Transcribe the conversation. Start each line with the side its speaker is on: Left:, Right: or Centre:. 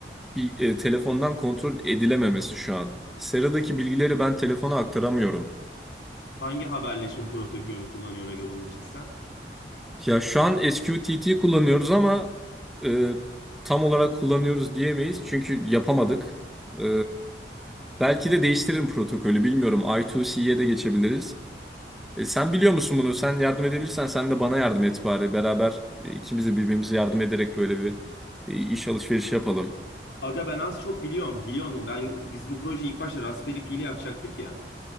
Centre: bir- e, telefondan kontrol edilememesi şu an. Sera'daki bilgileri ben telefona aktaramıyorum.
Left: Hangi haberleşme protokolünü kullanıyorsun aga bunun için sen?
Centre: Ya şu an SQTT kullanıyoruz ama e, tam olarak kullanıyoruz diyemeyiz çünkü yapamadık. E, belki de değiştiririm protokolü bilmiyorum. I2C'ye de geçebiliriz. E, sen biliyor musun bunu? Sen yardım edebilirsen sen de bana yardım et bari. Beraber e, ikimiz de birbirimize yardım ederek böyle bir e, iş alışverişi yapalım.
Left: Aga ben az çok biliyorum. Biliyorsun ben biz bu projeyi ilk başta Raspberry Pi ile yapacaktık ya.